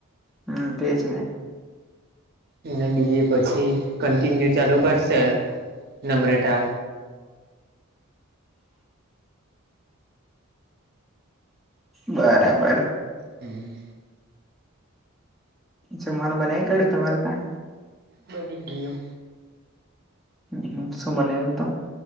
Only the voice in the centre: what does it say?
હમ્મ, તેજ ને.
બરાબર.
જમવાનું બનાવી કાઢ્યું તમારે તા?
હમ્મ, શું બનાયું તમ